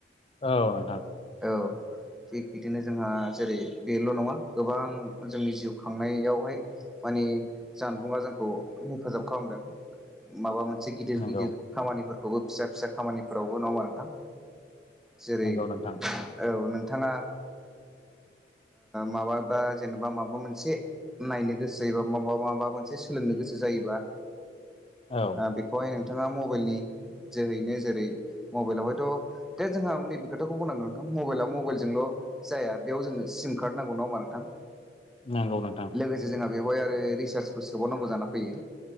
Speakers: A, on the left; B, in the centre.
A: औ नोंथां
B: औ थिग बिदिनो जोंहा जेरै बेल' नङा गोबां जोंनि जिउ खांनायावहाय मानिे जानबुंा जोंखौ हेफाजाब खालामदों माबा मोनसे गिदिर
A: नंगौ
B: गिदिर खामानिफोरखौबो फिसा फिसा खामानिफोरावबो नङा नोंथां जेरै
A: नंगौ नोंथां
B: औ नोंथाङा माबाबा जेनेबा माबा मोनसे नायनो गोसो एबा मबा माबा मोनसे सोलोंनो गोसो जायोबा
A: औ
B: बेखौहाय नोंथाङा मबाइलनि जोहैनो जेरै मबाइलाव हायथ' जोंहा नैबे खोथाखौ बुंनांगोन नोंथां मबाइला मबाइलजोंल' जाया बेयाव जोङनो सिम कार्ड नांगौ नाामा नोंथां
A: नंगौ नोंथां
B: लोगोसे जोंहा बेवहाय आरो रिसार्जखौ सोबावनांगौ जाना फैयो